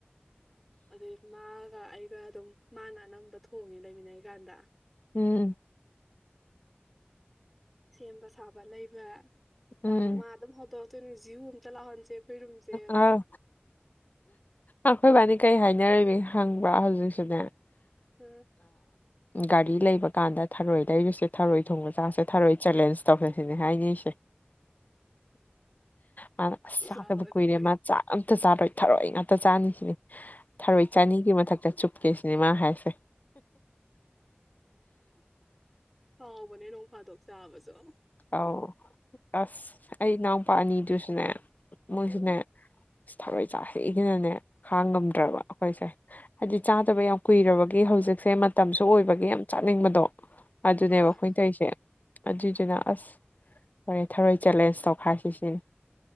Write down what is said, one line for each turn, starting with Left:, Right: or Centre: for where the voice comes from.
Centre: ꯑ ꯃꯥꯒ ꯑꯩꯒ ꯑꯗꯨꯝ ꯃꯥꯅ ꯑꯅꯝꯕ ꯊꯣꯡꯉꯦ ꯂꯩꯃꯤꯟꯅꯩꯀꯥꯟꯗ
Left: ꯎꯝ
Centre: ꯁꯦꯝꯕ ꯁꯥꯕ ꯂꯩꯕ
Left: ꯎꯝ
Centre: ꯇꯥꯕ ꯃꯥ ꯑꯗꯨꯝ ꯍꯧꯗꯣꯔꯛꯇꯣꯏꯅꯤ ꯖꯤꯌꯨ ꯑꯝꯇ ꯂꯥꯎꯍꯟꯁꯦ ꯑꯩꯈꯣꯏ ꯔꯨꯝꯁꯦꯅ
Left: ꯑꯥ ꯑꯩꯈꯣꯏꯕꯥꯏꯅꯤ ꯀꯩ ꯍꯥꯏꯅꯔꯝꯃꯤ ꯈꯪꯕ꯭ꯔꯥ ꯍꯧꯖꯤꯛꯁꯨꯅꯦ
Centre: ꯎꯝ
Left: ꯒꯥꯔꯤ ꯂꯩꯕꯀꯥꯟꯗ ꯊꯔꯣꯏ ꯂꯩꯔꯨꯁꯦ ꯊꯔꯣꯏ ꯊꯣꯡꯕ ꯆꯥꯁꯦ ꯊꯔꯣꯏ ꯆꯦꯂꯦꯟꯁ ꯇꯧꯁꯤꯁꯤꯅꯦ ꯍꯥꯏꯅꯩꯁꯦ ꯃꯥꯅ ꯑꯁ ꯆꯥꯗꯕ
Centre: ꯂꯥꯎꯍꯜꯂꯛꯄꯩꯅꯦ
Left: ꯀꯨꯏꯔꯦ ꯃꯥ ꯆꯥꯛ ꯑꯝꯇ ꯆꯥꯔꯣꯏ ꯊꯔꯣꯏ ꯉꯥꯛꯇ ꯆꯥꯅꯤꯁꯤꯅꯤ ꯊꯔꯣꯏ ꯆꯅꯤꯒꯤ ꯃꯊꯛꯇ ꯆꯨꯞꯀꯦꯁꯤꯅꯦ ꯃꯥ ꯍꯥꯏꯁꯦ
Centre: ꯍꯥꯎꯕꯅꯦ ꯅꯣꯡ ꯐꯥꯗꯣꯛ ꯆꯥꯕꯁꯨ
Left: ꯑꯧ ꯑꯁ ꯑꯩ ꯏꯅꯥꯎꯄꯥ ꯑꯅꯤꯗꯨꯁꯨꯅꯦ ꯃꯣꯏꯁꯨꯅꯦ
Centre: ꯎꯝ
Left: ꯊꯔꯣꯏ ꯆꯁꯦꯅꯅꯦ ꯈꯥꯡ ꯉꯝꯗ꯭ꯔꯕ ꯑꯩꯈꯣꯏꯁꯦ ꯍꯥꯏꯗꯤ ꯆꯥꯗꯕ ꯌꯥꯝ ꯀꯨꯏꯔꯕꯒꯤ ꯍꯧꯖꯤꯛꯁꯦ ꯃꯇꯝꯁꯨ ꯑꯣꯏꯕꯒꯤ ꯌꯥꯝ ꯆꯥꯅꯤꯡꯕꯗꯣ ꯑꯗꯨꯅꯦꯕ
Centre: ꯍꯣꯏ ꯍꯣꯏ
Left: ꯑꯩꯈꯣꯏ ꯇꯧꯔꯤꯁꯦ ꯑꯗꯨꯏꯗꯨꯅ ꯑꯁ ꯐꯔꯦ ꯊꯔꯣꯏ ꯆꯦꯂꯦꯟꯖ ꯇꯧꯈꯥꯏ ꯁꯤ ꯁꯤꯅꯤ